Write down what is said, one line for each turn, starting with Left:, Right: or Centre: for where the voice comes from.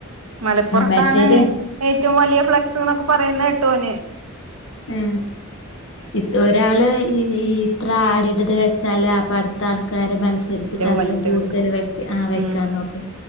Right: മലപ്പുറത്താണ്
Left: മറ്റേത്
Right: ഏറ്റവും വലിയ ഫ്ലെക്സ്ന്നൊക്കെ പറയുന്ന ട്ടോന്
Left: ആ ഇപ്പ ഒരാള് ഈ ഈ ഇത്ര ആടിടത് വെച്ചാല് അപ്പ അടുത്ത ആൾക്ക് ക്കാര് മത്സരിച്ചിട്ട് അതിലും
Right: വലുത്
Left: കൂടുതൽ
Right: വെക്കും
Left: വെക്ക ആ വെക്കാൻ
Right: ഉം
Left: നോക്കും